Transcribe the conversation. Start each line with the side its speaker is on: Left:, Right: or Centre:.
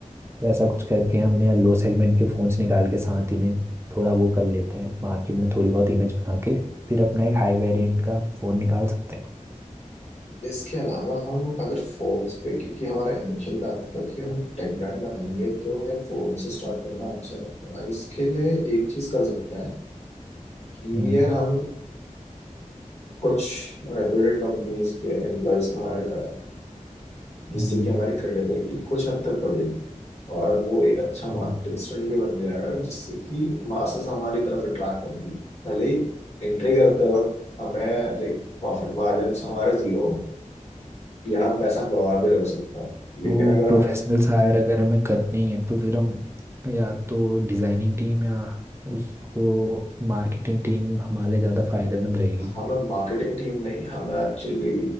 Right: वैसा कुछ करके हम या लो सेगमेंट के फ़ोन्स निकाल के साथ ही में थोड़ा वो कर लेते हैं मार्केट में थोड़ी बहुत इमेज बना के फिर अपना एक हाई वेरिएंट का फ़ोन निकाल सकते हैं
Left: इसके अलावा हम अगर फोन्स पे क्योंकि हमारा इनिशियल प्लान था कि हम टेक ब्रांड बनाएंगे तो यार फोन से स्टार्ट करना अच्छा रहेगा इसके लिए एक चीज कर सकते हैं कि
Right: हम्म
Left: यार हम कुछ रेप्यूटेड कंपनीज के एम्प्लॉयज को हायर कराएं जिससे
Right: हम्म
Left: कि हमारी क्रेडिबिलिटी कुछ हद तक बढ़ेगी और वो एक अच्छा मार्केटिंग
Right: हम्म।
Left: स्टैंड भी बन जाएगा जिससे कि मासेस हमारी तरफ अट्रैक्ट होंगी भले एंट्री करते वक्त हमें लाइक प्रॉफिट मार्जिन हमारे जीरो होंगे यहाँ पैसा गंवा भी हो सकता है लेकिन
Right: तो
Left: अगर
Right: प्रोफेशनल
Left: हमें
Right: हायर अगर हमें करनी है तो फिर हम या तो डिज़ाइनिंग टीम या उसको मार्केटिंग टीम हमारे ज़्यादा फायदेमंद रहेगी
Left: हमें मार्केटिंग टीम नहीं हमें एक्चुअली